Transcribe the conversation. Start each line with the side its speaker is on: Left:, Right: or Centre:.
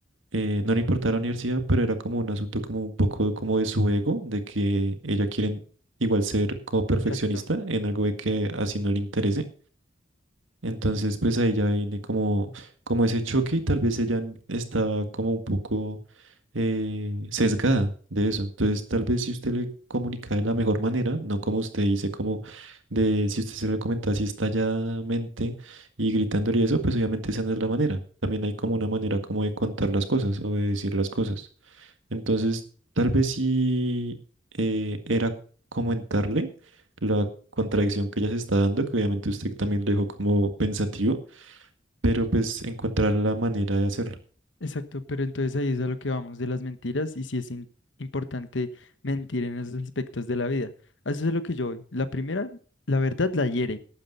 Right: eh, no le importaba la universidad, pero era como un asunto como un poco como de su ego, de que ella quiere igual ser como perfeccionista
Left: exacto.
Right: en algo de que así no le interese. Entonces, pues ahí ya viene como, como ese choque y tal vez ella n- está como un poco eh, sesgada de eso. Entonces, tal vez si usted le comunica de la mejor manera, no como usted dice, como de si usted se lo comenta así estalladamente y gritándole y eso, pues obviamente esa no es la manera. También hay como una manera como de contar las cosas o de decir las cosas. Entonces, tal vez sí eh, era comentarle la contradicción que ella se está dando, que obviamente usted también lo dejó como pensativo, pero pues encontrar la manera de hacerlo.
Left: Exacto, pero entonces ahí es a lo que vamos de las mentiras y si es in- importante mentir en esos aspectos de la vida. A Eso es a lo que yo voy. La primera, la verdad la hiere,